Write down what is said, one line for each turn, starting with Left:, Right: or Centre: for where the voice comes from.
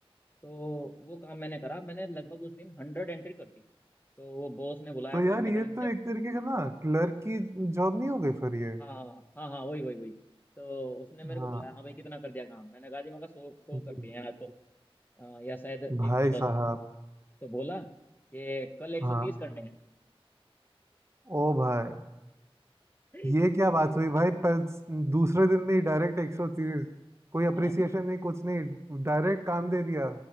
Left: तो वो काम मैंने करा मैंने लगभग उस दिन हंड्रेड एंट्री कर दी तो वो बॉस ने बुलाया
Right: तो
Left: शाम
Right: यार
Left: के
Right: ये
Left: टाइम
Right: तो
Left: जब
Right: एक तरीके का ना क्लर्क की जॉब नहीं हो गई फिर ये
Left: हाँ हाँ हाँ वही वही वही तो उसने मेरे
Right: हाँ
Left: को बुलाया हाँ भाई कितना कर दिया काम मैंने कहा जी मैं कहा सौ सौ
Right: जी
Left: कर दिए हैं आज तो अ, या शायद
Right: भाई
Left: एक सौ
Right: साहब
Left: दस तो बोला कि कल एक
Right: हाँ
Left: सौ तीस करने हैं
Right: ओ भाई
Left: <laughs>
Right: ये क्या बात हुई भाई पर दूसरे दिन में ही डायरेक्ट एक सौ तीस कोई अप्रिसिएशन
Left: हाँ
Right: नहीं कुछ नहीं डायरेक्ट काम दे दिया